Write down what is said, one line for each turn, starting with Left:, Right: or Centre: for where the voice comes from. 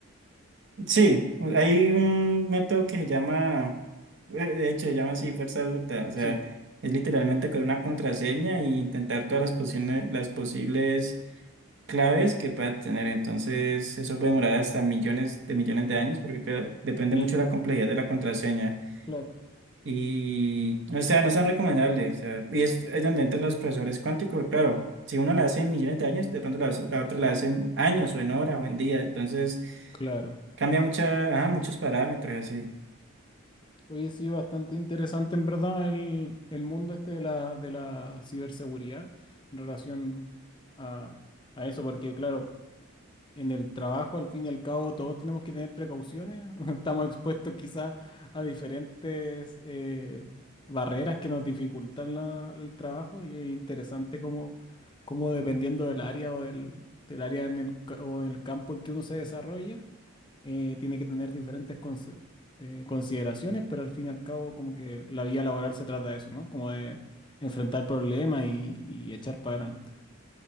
Right: Sí, hay un método que se llama, eh, de hecho, se llama así fuerza bruta, o sea,
Left: Sí,
Right: es literalmente con una contraseña y intentar todas las posibles, las posibles claves que pueda tener. Entonces, eso puede demorar hasta millones de millones de años porque claro, depende
Left: el,
Right: mucho de la complejidad de la contraseña.
Left: claro,
Right: Y, o sea, no son recomendables. o sea, y es, es donde entran los profesores cuánticos, claro. Si uno la hace en millones de años, de pronto la, hace- la otra la hace en años o en horas o en días. Entonces,
Left: claro.
Right: cambia mucha, ajá, muchos parámetros, así.
Left: Oye, sí, bastante interesante en verdad el, el mundo este de la, de la ciberseguridad en relación a, a eso, porque claro. en el trabajo, al fin y al cabo, todos tenemos que tener precauciones. <laughs> Estamos expuestos quizás a diferentes eh, barreras que nos dificultan la- el trabajo y es interesante como, como dependiendo del área o del, del área en el, ca- o en el campo en que uno se desarrolla, eh, tiene que tener diferentes conse- eh, consideraciones, pero al fin y al cabo como que la vida laboral se trata de eso, ¿no? Como de enfrentar problemas y, y echar para adelante.